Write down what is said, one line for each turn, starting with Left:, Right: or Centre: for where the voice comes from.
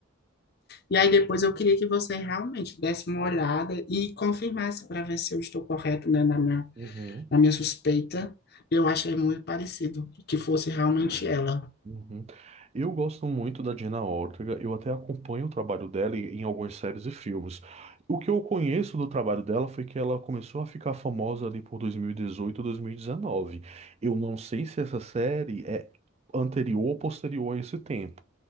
Left: E aí depois eu queria que você realmente desse uma olhada e confirmasse para ver se eu estou correto, né, na minha
Right: Uhum,
Left: a minha suspeita, eu achei muito parecido, que fosse realmente ela.
Right: uhum. Eu gosto muito da Dina Ortega, eu até acompanho o trabalho dela em em algumas séries e filmes. O que eu conheço do trabalho dela foi que ela começou a ficar famosa ali por 2018, 2019. Eu não sei se essa série é anterior ou posterior a esse tempo.